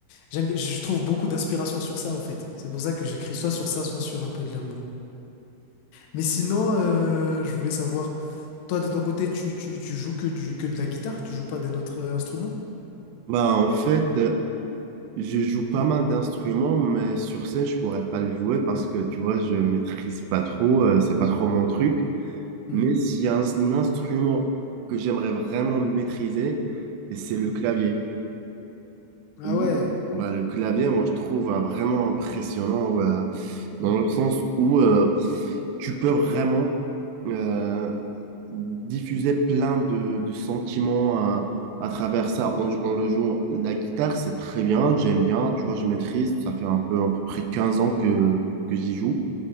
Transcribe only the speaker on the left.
J'aime, bien- je trouve beaucoup d'inspiration sur ça, en fait. C'est pour ça que j'écris soit sur ça, soit sur un peu de l'amour. Mais sinon, euh, je voulais savoir, toi, de ton côté, tu, tu, tu joues que du, que de la guitare? Tu joues pas d'un autre euh, instrument?
Mhm,
mhm.
Ah
ouais.
mhm.